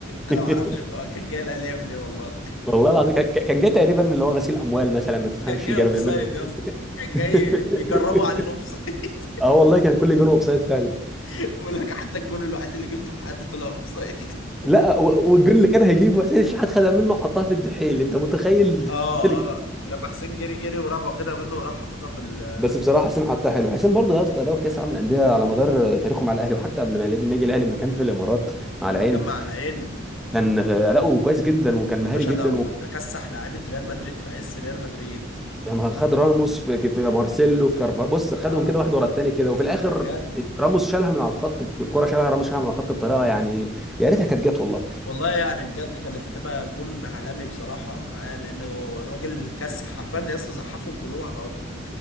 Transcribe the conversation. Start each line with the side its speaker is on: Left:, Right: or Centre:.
Left: انا
Centre: <laughs>
Left: ما اعرفش آه، كان جاي الاهلي يعمل ايه والله
Centre: والله العظيم كان كان جاي تقريبا اللي هو غسيل اموال مثلا
Left: <laughs>
Centre: ما تفهمش
Left: كان جاي
Centre: كانوا
Left: اوف
Centre: بيعملوا
Left: سايد يا
Centre: ايه
Left: اسطى كان جاي بيجربوا
Centre: <laughs>
Left: عليه الاوف سايد
Centre: اه والله كان كل جون اوف سايد فعلا
Left: <laughs> بيقول لك حتى الجون الوحيد اللي جبته في حياتي طلع اوف سايد <laughs>
Centre: لا و- والجون اللي كان هيجيبه حسين الشحات خدها منه وحطها في الدحيل انت متخيل
Left: اه
Centre: <laughs>
Left: اه لما حسين جري جري وراح واخدها منه وراح حاططها في ال-
Centre: بس
Left: في الجون
Centre: بصراحه حسين حطها حلو حسين برضه يا اسطى ده في كاس العالم للانديه على مدار تاريخه مع الاهلي وحتى قبل ما يجي ما يجي الاهلي لما كان في الامارات مع
Left: لما
Centre: العين
Left: كان مع العين
Centre: كان اداؤه كويس جدا وكان
Left: يا
Centre: مهاري
Left: باشا
Centre: جدا
Left: ده
Centre: و...
Left: ده كسح لعيبه ريال مدريد في عز ريال مدريد
Centre: يعني خد راموس في في مارسيلو في كارفا بص خدهم
Left: اه
Centre: كده واحد ورا التاني كده وفي الاخر
Left: ده بجد
Centre: راموس شالها من على الخط الكره شالها راموس شالها من على الخط بطريقه يعني يا ريتها كانت جت والله
Left: والله يعني بجد كانت هتبقى جون عالمي بصراحه معاه لانه الراجل كسح حرفيا يا اسطى زحفهم كلهم على الارض